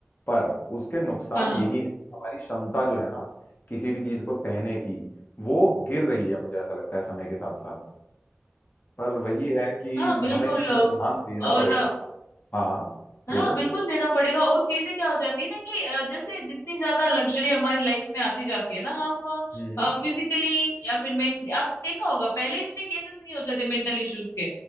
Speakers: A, on the left; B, on the left.
A: पर उसके नुकसान
B: हाँ हाँ
A: यही है कि हमारी क्षमता जो है ना किसी भी चीज को सहने की वो गिर रही है मुझे ऐसा लगता है समय के साथ साथ पर वही है कि
B: हाँ बिल्कुल
A: हमें इस चीज पे ध्यान
B: और
A: देना पड़ेगा हाँ हाँ
B: हाँ
A: बोलो
B: बिल्कुल देना पड़ेगा और चीजें क्या हो जाती है ना कि अ, जैसे जितनी ज्यादा लग्जरी हमारी लाइफ में आती जाती है ना हम
A: हम्म
B: फिजिकली या फिर मेंटली आपने देखा होगा पहले इतने केसेस नहीं होते थे मेंटल इश्यूज के